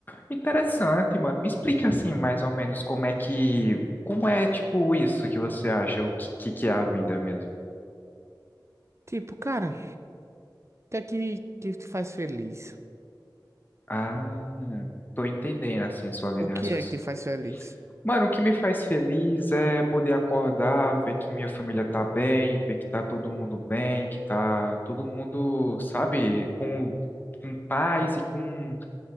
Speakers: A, on the left (about 25°); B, on the right (about 35°).
A: Interessante, mano. Me explica assim, mais ou menos, como é que. Como é, tipo, isso que você acha, o que, que que é a vida mesmo?
B: Tipo, cara, o que é que, que te faz feliz?
A: Ah, tô entendendo, assim, sua linha
B: O
A: de raciocínio.
B: que é que te faz feliz?
A: Mano, o que me faz feliz é poder acordar, ver que minha família tá bem, ver que tá todo mundo bem, que tá todo mundo, sabe, com, com paz e com